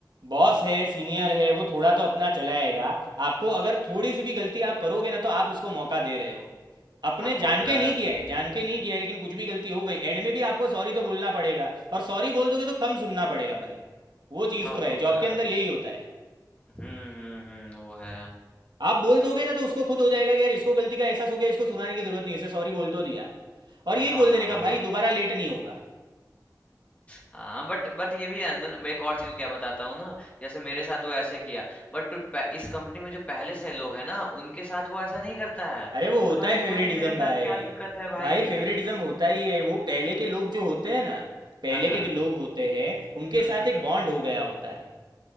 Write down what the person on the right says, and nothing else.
बॉस है सीनियर है वो थोड़ा तो अपना चलाएगा आपको अगर थोड़ी सी भी गलती आप करोगे ना तो आप उसको मौका दे रहे हो अपने
जान
के नहीं किया है जान के नहीं किया है लेकिन कुछ भी गलती हो गई एंड में भी आपको सॉरी तो बोलना पड़ेगा और सॉरी बोल दोगे तो कम सुनना पड़ेगा भाई वो चीज़
तो है
जॉब
के अंदर यही होता है
आप बोल दोगे ना तो उसको खुद हो जाएगा कि यार इसको गलती का एहसास हो गया इसको सुनाने की जरूरत नहीं है इसे सॉरी बोल तो दिया और यही
बोल
देने का
भाई दोबारा लेट नहीं होगा
अरे वो होता
है
फेवरेटिज्म
भाई
भाई फेवरेटिज्म होता ही है वो पहले के लोग जो होते हैं ना पहले
के जो लोग होते हैं उनके
साथ
एक
बॉन्ड हो गया होता है